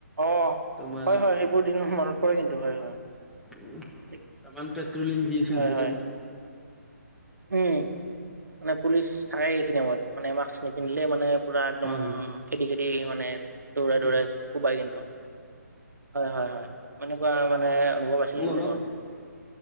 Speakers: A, on the right (about 75°); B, in the centre.
A: অ',
B: তোমাৰ
A: হয়, হয়। সেইবোৰ দিন মনত পৰে কিন্তু হয়, হয়।
B: উ'ম
A: ঠিক,
B: তামাম পেট্ৰলিং দি আছিল
A: হয়,
B: যি।
A: হয় উ'ম। মানে পুলিচ থাকে। এইখিনি সময়ত মানে আমাক নিপিন্ধিলে মানে পুৰা একদম
B: অ
A: খেদি খেদি মানে দৌৰাই
B: হয়
A: দৌৰা কোবাই কিন্তু হয়, হয়, হয়। এনেকুৱা মানে অনুভৱ আছিলে
B: মনত
A: কিন্তু মোৰ।